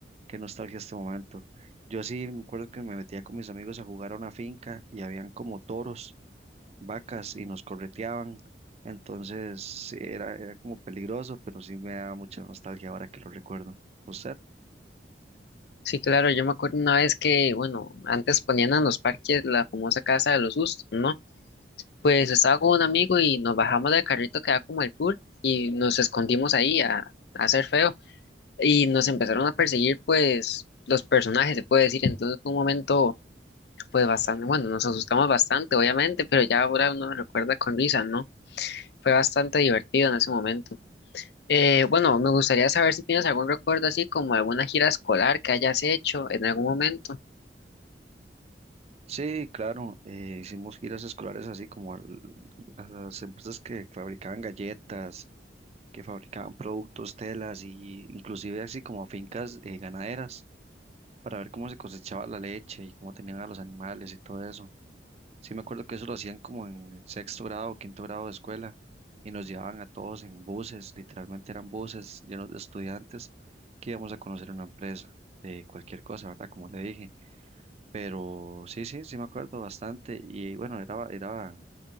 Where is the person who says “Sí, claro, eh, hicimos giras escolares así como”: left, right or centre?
Right